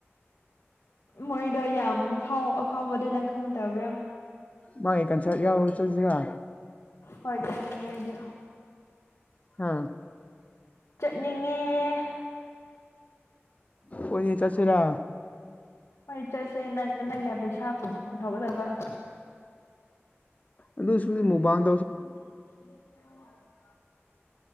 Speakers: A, on the left; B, on the left.
A: ꯃꯣꯏꯗꯣ ꯌꯥꯝ ꯐꯥꯎ ꯑꯐꯥꯎꯕꯗꯣ ꯅꯪ ꯈꯪꯗꯕ꯭ꯔꯥ
B: ꯃꯣꯏ ꯀꯟꯁꯔꯠ ꯌꯥꯎꯔ ꯆꯠꯂꯁꯤꯔꯥ
A: ꯍꯣꯏ ꯆꯝꯅꯤꯡꯉꯦ ꯑꯩꯗꯤ
B: ꯍꯥ
A: ꯆꯠꯅꯤꯡꯉꯦ
B: ꯑꯣꯏꯌꯦ ꯆꯠꯁꯤꯔꯥ
A: ꯍꯣꯏ ꯆꯠꯁꯦ ꯅꯪ ꯅꯪꯅ ꯄꯩꯁꯥ ꯄꯨꯊꯣꯛ <unintelligible>
B: ꯑꯗꯨꯏꯁꯨ ꯃꯨꯛꯕꯥꯥꯡ
A: <unintelligible>